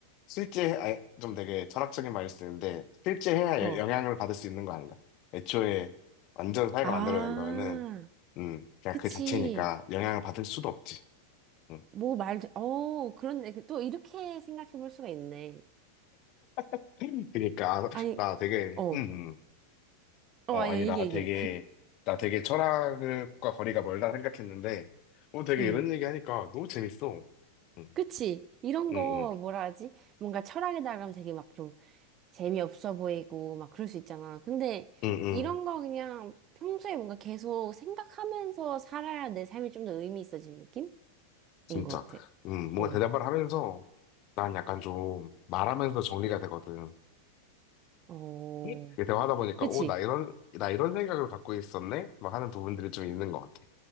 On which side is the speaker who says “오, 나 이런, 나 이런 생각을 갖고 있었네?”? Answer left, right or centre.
Left